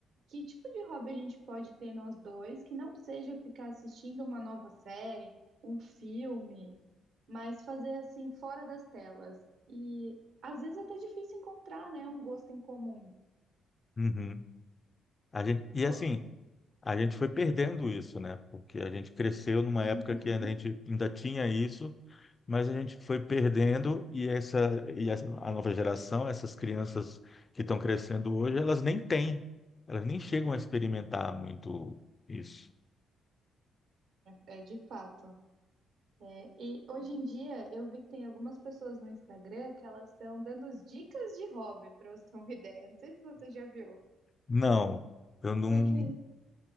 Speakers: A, on the right; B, on the left.
A: que tipo de hobby a gente pode ter nós dois que não seja ficar assistindo uma nova série, um filme, mas fazer assim fora das telas. E às vezes é até difícil encontrar, né, um gosto em comum.
B: Uhum. A gente, e assim,
A: O-
B: a gente foi perdendo isso, né? Porque a gente cresceu numa
A: Uhum,
B: época que ainda a gente ainda tinha isso, mas a gente foi perdendo e essa e essa- a nova geração, essas crianças que estão crescendo hoje, elas nem têm, elas nem chegam a experimentar muito isso.
A: é é de fato. É, e hoje em dia eu vi que tem algumas pessoas no Instagram que elas estão dando as dicas de hobby, para você ter uma <laughs> ideia. Não sei se você já viu.
B: Não, eu não
A: Porque